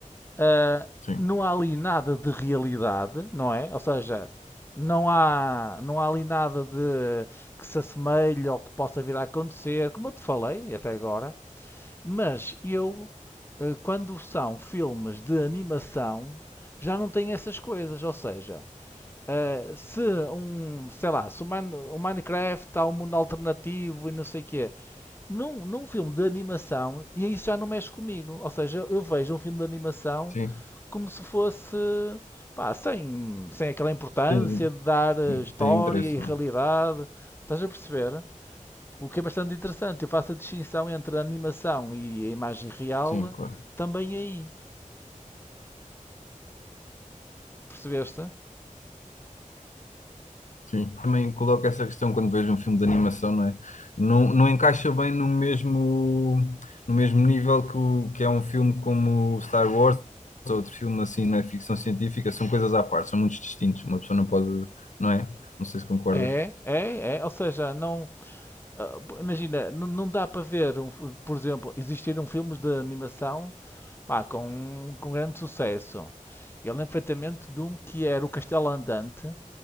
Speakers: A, on the left; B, on the left.
A: ah,
B: sim,
A: não há ali nada de realidade, não é? Ou seja, não há, não há ali nada de que se assemelhe ou que possa vir a acontecer, como eu te falei até agora. Mas eu, eh, quando são filmes de animação, já não tenho essas coisas. Ou seja, eh, se um, sei lá, se o, Mine- o Minecraft há um mundo alternativo e não sei o quê, num, num filme de animação, e isso já não mexe comigo. Ou seja, eu, eu vejo um filme de animação
B: sim.
A: como se fosse, pá, sem, sem aquela importância
B: Tem,
A: de dar eh,
B: sim,
A: história
B: tem interesse,
A: e realidade.
B: não é?
A: Estás a perceber? O que é bastante interessante. Eu faço a distinção entre a animação e a imagem real
B: Sim, claro.
A: também aí. Percebeste?
B: Sim. Também coloco essa questão quando vejo um filme de animação, não é? Não, não encaixa bem no mesmo, no mesmo nível que, o, que é um filme como Star Wars ou outro filme assim na ficção científica, são coisas à parte, são muito distintos. Uma pessoa não pode, não é? Não sei se concordas.
A: É, é, é. Ou seja, não. ah, p- imagina, não, não dá para ver, um f- por exemplo, existiram filmes de animação pá, com, com grande sucesso. Eu lembro perfeitamente de um que era O Castelo Andante,